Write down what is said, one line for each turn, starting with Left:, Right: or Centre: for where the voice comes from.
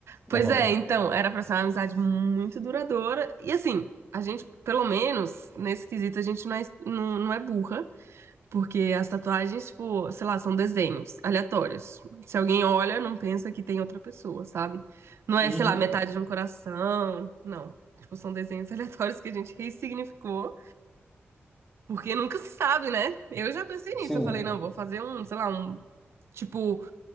Right: Pois
Centre: Ó.
Right: é, então, era pra ser uma amizade muito duradoura. E assim, a gente, pelo menos, nesse quesito, a gente não é, não, não é burra, porque as tatuagens, tipo, sei lá, são desenhos aleatórios. Se alguém olha, não pensa que tem outra pessoa, sabe? Não é,
Centre: Uhum.
Right: sei lá, metade de um coração, não. Tipo, são desenhos <laughs> aleatórios que a gente ressignificou, porque nunca se sabe, né? Eu já pensei nisso,
Centre: Sim.
Right: eu falei, não, vou fazer um, sei lá, um. Tipo,